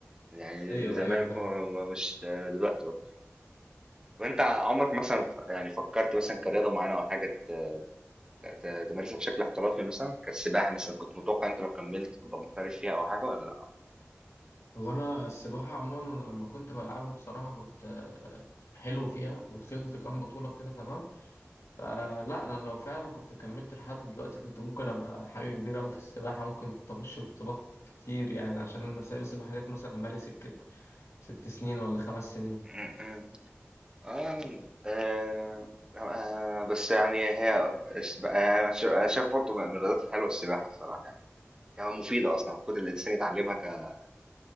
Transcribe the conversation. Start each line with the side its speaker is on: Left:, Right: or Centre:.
Right: يعني
Left: ايوه
Right: زمان
Left: ايوه فاهم
Right: كو- مش دلوقتي برضه. طب انت عمرك مثلا ف- يعني فكرت مثلا كرياضة معينة او حاجة ت- ت- تمارسها بشكل احترافي مثلا كالسباحة مثلا كنت متوقع انت لو كملت تبقى محترف فيها او حاجة ولا
Left: هو انا السباحه عموما لما كنت بلعبها بصراحه كنت آه، حلو فيها ودخلت كام بطوله كده تمام فلا انا لو فعلا كنت كملت لحد دلوقتي كنت ممكن ابقى حاجه كبيره قوي في السباحه ممكن كنت اخش بطولات كتير يعني عشان انا سايب السباحه ديت مثلا بقالي سكه ست سنين ولا خمس سنين
Right: م- م. آه آه آه، بس يعني هي السباحة يعني أنا شا- أنا شايف برضه من الرياضات الحلوة السباحة الصراحة يعني كمان مفيدة أصلا المفروض الإنسان يتعلمها ك-